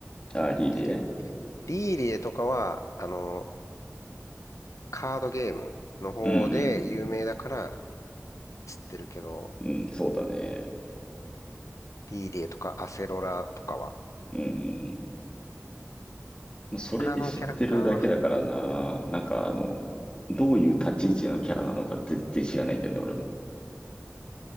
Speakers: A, on the left; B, on the left.
A: あー、リリエ
B: リーリエだっけリーリエとかは、あの、カードゲームの方で有名だから
A: うん
B: 知ってるけど、
A: うん。うん、そうだね。
B: リーリエとかアセロラとかは、
A: うん。もうそれで知ってるだけだからな。
B: 他のキャラクターは、
A: なんかあの、どういう立ち位置のキャラなのか全然知らないんだよね、俺も。